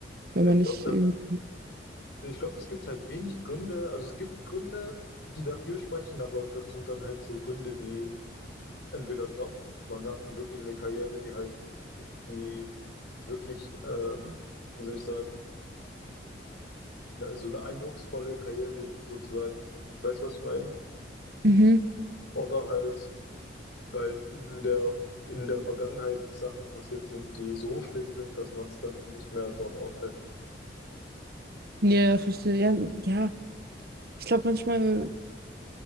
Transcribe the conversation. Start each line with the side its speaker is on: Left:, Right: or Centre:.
Right: wenn
Left: Ja,
Right: man
Left: ich
Right: nicht
Left: glaube,
Right: irgendwie.
Left: ich glaube, es gibt halt wenig Gründe, also es gibt Gründe, die dafür sprechen, aber das sind dann halt so Gründe wie entweder Job, man hat wirklich eine Karriere, die halt, die wirklich, ähm, wie soll ich sagen, na, so eine eindrucksvolle Karriere sozusagen, weißt du, was ich meine?
Right: Mhm.
Left: Oder halt weil in der, in der Vergangenheit Sachen passiert sind, die so schlimm sind, dass man es dann nicht mehr dort aushält.
Right: Ja, verstehe. Ja, ja. Ich glaube manchmal,